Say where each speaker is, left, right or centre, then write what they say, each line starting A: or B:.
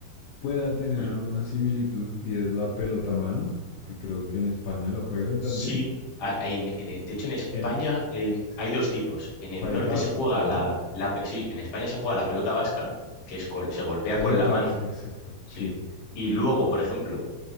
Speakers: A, on the left; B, on the left.
A: pueda tener
B: ¿Mm?
A: alguna similitud y es la pelota mano, que creo que en España la juegan
B: Sí.
A: también.
B: a- en- en- de hecho, en España
A: En
B: eh, hay dos tipos. En el
A: País
B: norte
A: Vasco,
B: se juega
A: creo,
B: la,
A: ¿no?
B: la pe- sí, en España se juega la pelota vasca, que es col- se golpea
A: Pelota
B: con la mano,
A: vasca, exacto, sí.
B: sí. Y luego, por ejemplo,